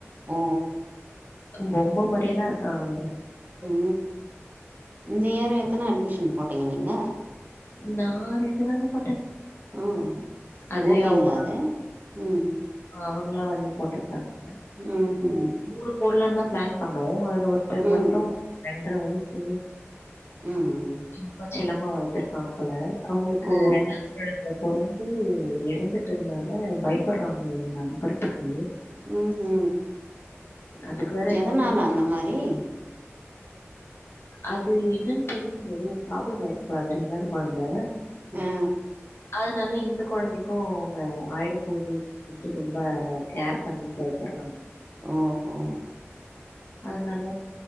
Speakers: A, on the right; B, on the left.
A: ஒ
B: பொம்ம மாரியல்லா இருக்காங்க
A: உ இந்த இயரு எத்தன அட்மிஷன் போட்டீங்க நீங்க
B: நா ரென்டுதாங்க போட்டே
A: ம்
B: அதுவே
A: ஓகேங்களா
B: அவனா
A: அது ம்
B: அவங்களா வந்து போட்ருந்தாங்க
A: உ ஹு
B: ஸ்கூலுக் போட்லானுதா பிளான் பண்ணோ அதுல ஒருதர்
A: ம்
B: மட்டு ரெண்ட்ர வயசு
A: ம் ம்
B: ரம்ப செலமா வளத்துருக்காங்க போல அவங்களுக்கு
A: ஓ
B: ரெண்டாவது குழந்த பொறந்து ஒ எறந்துட்டதுனால பயப்படுறாங்க உங்க அனுப்புறதுக்கு
A: உ உ
B: அதுக்கு வேற
A: எதனால
B: இன்னொருத்த
A: அந்த மாரி
B: அது என்னன்னு தெரி <unintelligible> எதோ ப்ராப்ளம் ஆயிருக்கு அந்த ரெண்டாவது கொழந்த
A: ஆ
B: அதனால இந்த கெழந்தைக்கு அவங்க ஆயிடப்போது ரொம்ப கேர் பண்ணி பயிப்பட்றாங்க
A: ஓ ஹோ
B: அதனால